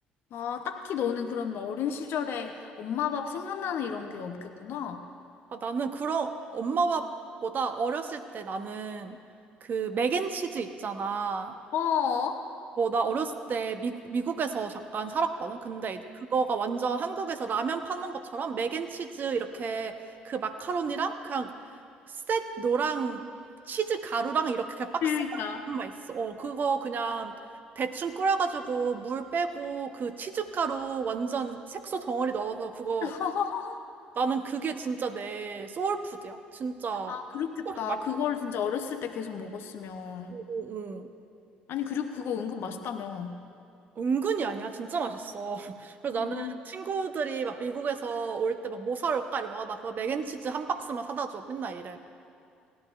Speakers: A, on the left; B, on the right.
A: 아, 딱히 너는 그럼 어린 시절에 엄마 밥 생각나는 이런 게 없겠구나.
B: 아, 나는 그런 엄마밥보다 어렸을 때 나는 그 맥앤치즈 있잖아.
A: 어, 어.
B: 어, 나 어렸을 때 미, 미국에서 잠깐 살았거든. 근데 이제 그거가 완전 한국에서 라면 파는 것처럼 맥앤치즈 이렇게 그 마카로니랑 그냥 셋 노랑 치즈 가루랑 이렇게 그냥 박스만
A: 그러니까.
B: 그것만 있어. 어, 그거 그냥 대충 끓여가지고 물 빼고 그 치즈 가루 완전 색소 덩어리 넣어서 그거
A: <laughs>
B: 나는 그게 진짜 내 소울푸드야. 진짜
A: 아, 그렇겠다.
B: 꼭
A: 그걸 진짜 어렸을 때 계속 먹었으면.
B: 맛있고 응.
A: 아니, 그리고 그거 은근 맛있다며.
B: 은근히 아니야. 진짜 맛있어. <laughs> 그래서
A: 음.
B: 나는 친구들이 막 미국에서 올 때 막 뭐 사올까? 이러면 아, 나 그거 맥앤치즈 한 박스만 사다 줘. 맨날 이래.